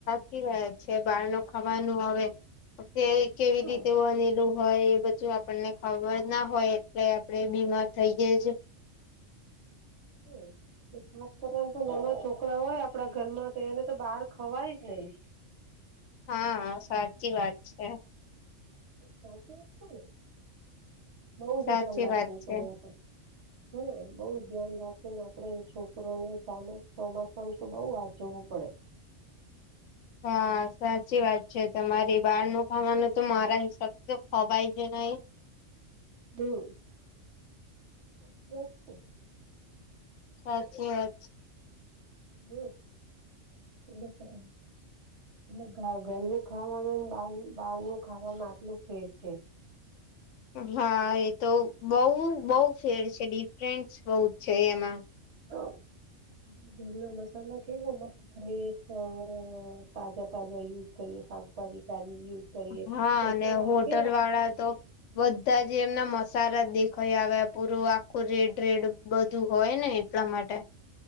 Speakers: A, on the left; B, on the right.
A: ી વાત છે બહાર ન ખાવાનું હવે અત્યારે કેવી
B: હા
A: રીતે બનેલું હોય એ બધું આપણને ખબર ના હોય એટલે આપડે બીમાર થઈ ગે જ
B: હમ ખાસ કરીને તો નાના છોકરા હોય આપડા ઘરમાં તો એને તો બહાર ખવાય જ નહીિ
A: હા સાચી વાત છે
B: હા ચચને બઉ જ
A: સાચી
B: ધ્યાન રાખવું
A: વાત
B: પડે
A: છે
B: આપડ હા બઉુ ધ્યાન રાખી ને આપણેે છોકરોને સામાસ ચોમાસામ તો બઉુ હ જવું પડે
A: હા સાચી વાત છે તમારે બળ ન ખાવાનું તો મારા હિસાબે તો ખવાય જ નહી
B: હમ
A: સાચી વા
B: હ એટલે છે એટલે ઘરનું ખાવામાં બ બહાર નું ખાવામાં આટલું ફેર છે <inaudible>
A: હા એ તો બહ બહ ફેર છે ડિફરન્સ બહ જ છે એમાં
B: હા આપ ભડ ના મસાલા કેવો મસ્ત ફ્રેશર તાજા તાજા યુઝ કરીએ શાકભાજી તજ યુઝ કરીએ
A: હા
B: ઓટલો
A: અને
B: વાળા
A: હોટલ
B: કેવા
A: તો બધા જે એમના મસાલા દેખાઈ આવે પૂરું આખું રેડ રેડ બધું હોય ને આપલા માટે